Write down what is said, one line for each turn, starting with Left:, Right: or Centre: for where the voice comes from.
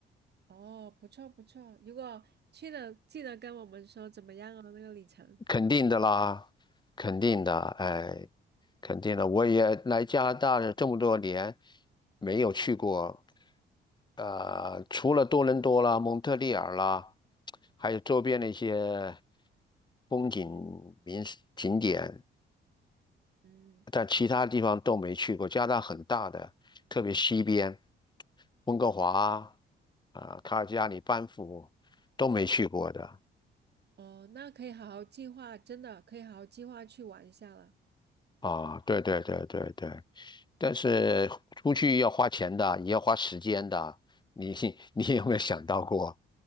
Right: 哦，不错不错，如果去了，记得跟我们说怎么样哦，那个里程。
Left: 肯定的啦，肯定的，哎，肯定的。我也来加拿大这么多年，没有去过，呃，除了多伦多啦、蒙特利尔啦，还有周边的一些风景名胜景点，
Right: 嗯，
Left: 但其他地方都没去过。加拿大很大的，特别西边，温哥华啊、卡尔加里、班夫都没去过的
Right: 哦，那可以好好计划，真的可以好好计划去玩一下了。
Left: 啊。对对对对对。但是出去要花钱的，也要花时间的。你 <laughs> 你有没有想到过？